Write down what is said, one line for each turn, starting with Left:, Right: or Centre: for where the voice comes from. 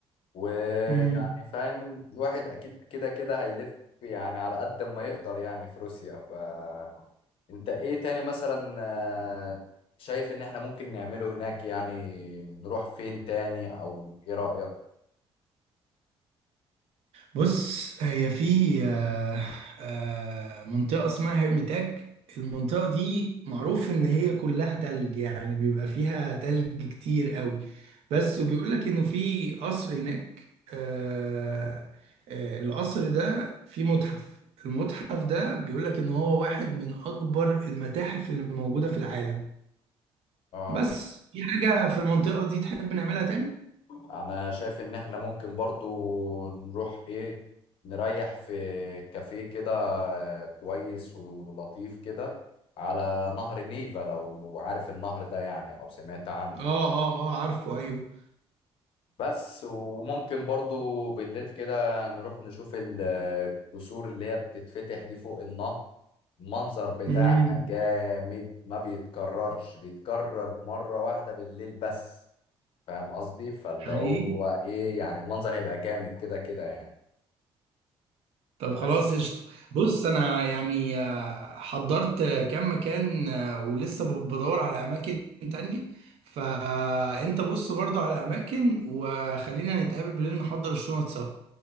Left: ويعني
Right: فاهم
Left: فاهم الواحد اكيد كده كده هيلف يعني على قد ما يقدر يعني في روسيا فانت ايه تاني مثلا آه، شايف ان احنا ممكن نعمله هناك يعني نروح فين تاني او ايه رأيك؟
Right: بص هي في آه، آه، منطقة اسمها هرميتاج المنطقة دي معروف إن هي كلها تلج يعني بيبقى فيها تلج كتير قوي بس وبيقول لك إنه في قصر هناك آه، آه، القصر ده فيه متحف المتحف ده بيقول لك إن هو واحد من أكبر المتاحف اللي موجودة في العالم
Left: اه
Right: بس في حاجة في المنطقة دي تحب نعملها تاني؟
Left: انا شايف ان احنا ممكن برضو نروح ايه نريح في كافيه كده آه، كويس ولطيف كده على نهر نيفا لو عارف النهر ده يعني او سمعت عنه
Right: آه آه آه عارفه أيوه
Left: بس وممكن برضو بالليل كده نروح نشوف ال- الجسور اللي هي بتتفتح دي فوق النهر المنظر بتاعها
Right: امم
Left: جامد ما بيتكررش بيتكرر مرة واحدة بالليل بس فاهم قصدي فاللي
Right: حقيقي
Left: هو ايه يعني المنظر هيبقى جامد كده كده يعني
Right: طب خلاص
Left: بس
Right: قشطة بص أنا يعني آه، حضرت آه، كام مكان آه، ولسه ب- بدور على أماكن تانية فأنت بص برضو على أماكن وخلينا نتقابل بالليل نحضر الشنط سوا